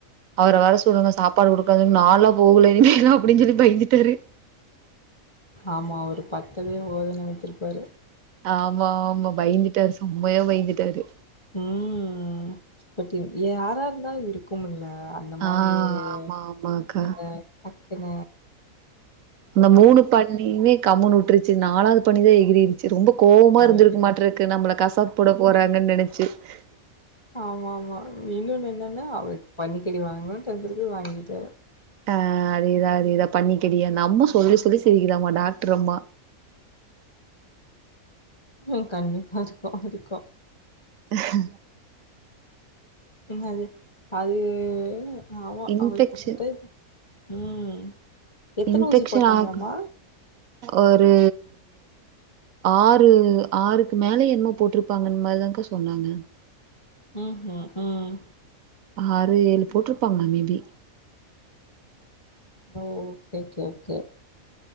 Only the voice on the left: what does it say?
ஆமா ஒரு பத்தவே போதுன் நெனச்சுருப்பாரு
ம் பட் யாரா இருந்தாலு இருக்கும்ல ல்ல அந்த மாரி
ஒரு
இதுல கென
அவருக்கு
ஆமா ஆமா இன்னொன்னு என்னன்னா அவருக்கு பன்னிக்கறி வாங்கணு டென் இருக்கு வாங்கிட்ட
ம் கண்டிப்பா இருக்கு இருக்கு
என்னது அது ஆவா
அவளுக்கு அப்புடித்தா இருக்கு ம் எத்தன
ஊசி போட்டாங்களாமா
ம் வு ம்
ஓ ஓகே ஓகே ஓகே